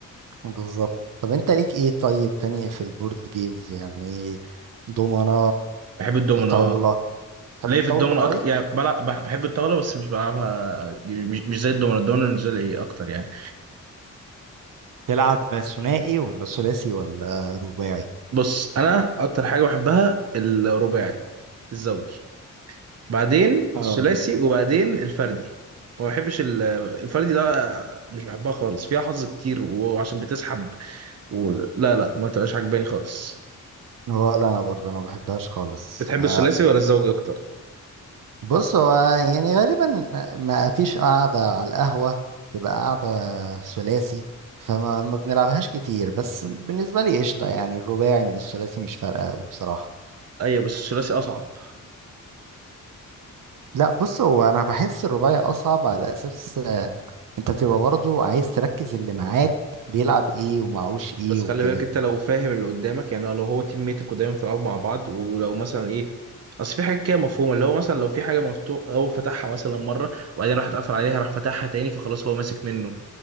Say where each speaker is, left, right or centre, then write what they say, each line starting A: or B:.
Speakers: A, on the right; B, on the right.
A: بالظبط طب انت ليك ايه طيب تاني في البورد جيمز يعني دومنة
B: بحب الدومينو
A: طاولة
B: أه
A: تحب
B: ليه
A: الطاولة
B: في الدومينو
A: طيب
B: أكتر يعني بلعب بح- بحب الطاولة بس مش بلعبها مش مش زي الدومينو الدومينو بالنسبة لي إيه أكتر يعني
A: تلعب ثنائي ولا ثلاثي ولا رباعي
B: بص أنا أكتر حاجة بحبها الرباعي الزوجي بعدين
A: اه
B: الثلاثي وبعدين الفردي ما بحبش ال- الفردي ده مش بحبها خالص فيها حظ كتير وعشان بتسحب و... لا لا ما تبقاش عجباني خالص
A: ولا انا برضه انا ما بحبهاش خالص
B: بتحب
A: ما
B: الثلاثي ولا الزوجي اكتر
A: بص هو يعني غالبا ما فيش قاعدة على القهوة تبقى قاعدة ثلاثي فما ما بنلعبهاش كتير بس بالنسبة لي قشطة يعني الرباعي من الثلاثي مش فارقة قوي بصراحة
B: ايوه بس الثلاثي اصعب
A: لا بص هو انا بحس الرباعي اصعب على اساس آه، انت بتبقى برضو عايز تركز اللي معاك بيلعب ايه ومعهوش ايه
B: بس
A: وكده
B: خلي بالك انت لو فاهم اللي قدامك يعني لو هو تيم ميتك ودايما بتلعبوا مع بعض ولو مثلا ايه اصل في حاجات كده مفهومه اللي هو مثلا لو في حاجه مفتوح هو فتحها مثلا مره وبعدين راح اتقفل عليها راح فتحها تاني فخلاص هو ماسك منه